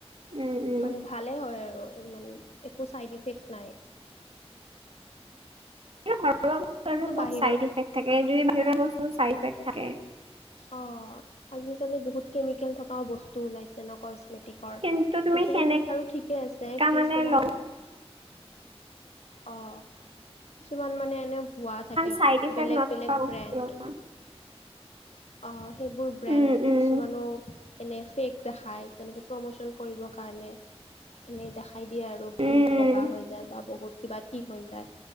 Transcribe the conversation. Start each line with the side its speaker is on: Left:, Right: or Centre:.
Right: উম উম
Left: মানে ভালে হয় আৰু ইমান একো ছাইড ইফেক্ট নাই
Right: এবিলাক ঘৰুৱা বস্তু
Left: কিন্তু
Right: আৰু ক'ত
Left: বাহিৰৰ
Right: চাইড ইফেক্ট থাকে যদি বাহিৰা বস্তু হয় ছাইড ইফেক্ট থাকে
Left: অ আজিকালি বহুত কেমিকেল থকাও বস্তু ওলাইছে ন ক মেটিকৰ
Right: কিন্তু তুমি
Left: কিছুমান
Right: সেনেকা
Left: বাৰু ঠিকেই আছে কিছুমান
Right: মানে লগ
Left: অ কিছুমান মানে এনেই ভুৱা থাকে
Right: চাইড ইফেক্ট
Left: বেলেগ
Right: নথকা
Left: বেলেগ
Right: বস্তু
Left: ব্ৰেণ্ড
Right: লগোৱা
Left: অ, সেইবোৰ ব্ৰেণ্ড
Right: উম উম
Left: কিছু কিছুমানো এনে ফেক দেখায় তেনেকে প্ৰমোচন কৰিবৰ কাৰণে। এনেই দেখাই দিয়ে আৰু
Right: উম
Left: বহুত বগা হৈ যায়, বা বহুত কিবা ঠিক হৈ যায়।